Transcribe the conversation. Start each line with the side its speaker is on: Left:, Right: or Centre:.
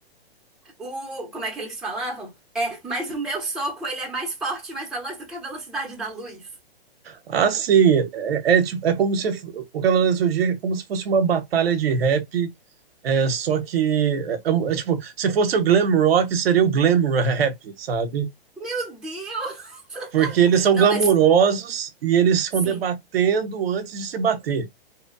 Centre: O, como é que eles falavam? É, mas o meu soco ele é mais forte e mais veloz do que a velocidade da luz.
Right: Assim, é, é tipo, é como se o Cavaleiro do Zodíaco é como se fosse uma batalha de rap, é, só que é, é, é tipo, se fosse o glam rock, seria o glam rap, sabe?
Centre: Meu Deus!
Right: Porque eles são
Centre: Não,
Right: glamurosos
Centre: mas
Right: e eles ficam
Centre: sim.
Right: debatendo antes de se bater,